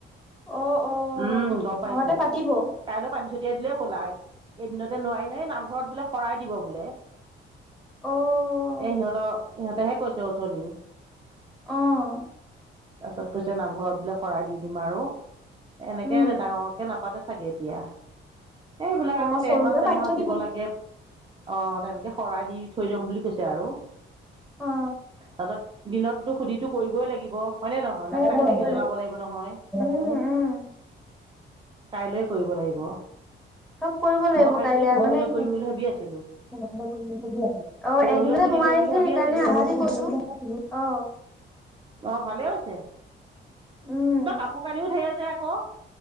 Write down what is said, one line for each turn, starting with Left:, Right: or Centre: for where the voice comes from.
Centre: অ', অ',
Right: উম, গম পাইছো।
Centre: ঘৰতে পাতিব।
Right: কাইলৈ পানী ছটিয়াই দিলেই হ'ল আৰু। এদিনতে নোৱাৰি নহয়, নামঘৰত বোলে শৰাই দিব বোলে।
Centre: অ',
Right: এ, সিহঁতৰ, সিহঁতেহে কৈছে অথনি।
Centre: অ',
Right: তাৰ পাছত কৈছে, নামঘৰত বোলে শৰাই দি দিম আৰু। এনেকে
Centre: উম
Right: ডাঙৰকে নাপাতে। চাগে এতিয়া। এইবিলাক
Centre: অ
Right: আকৌ টেণ্টহাউছ-চেনহাউছ
Centre: সৰুকে পাতি থৈ
Right: দিব লাগে। অ', তেনেকে শৰাই দি থৈ যাম বুলি কৈছে কৈছে আৰু।
Centre: অ
Right: তাৰপিছত দিনততো সুধিতো কৰিবই লাগিব। হয়নে নহয় না
Centre: এ
Right: চাকি
Centre: কৰিব
Right: টাকি জ্বলাব লাগিব নহয়
Centre: উম উম
Right: কাইলৈ কৰিব লাগিব
Centre: চব কৰিব লাগিব
Right: মই ভাবিছিলোঁ
Centre: কাইলে
Right: পৰহিলৈ
Centre: মানে
Right: কৰিম
Centre: অ এদিনে
Right: বুলি ভাবি আছিলোঁ পৰহিলৈ সুধি
Centre: নোৱাৰি
Right: কৰিম বুলি
Centre: যে
Right: ভাবি
Centre: সেইকাৰণে
Right: আছিলোঁ
Centre: আজি কৰিছো অ
Right: অ ভালেই হৈছে
Centre: উম
Right: বাৰ কাপোৰ কানিও ঢেৰ যে আকৌ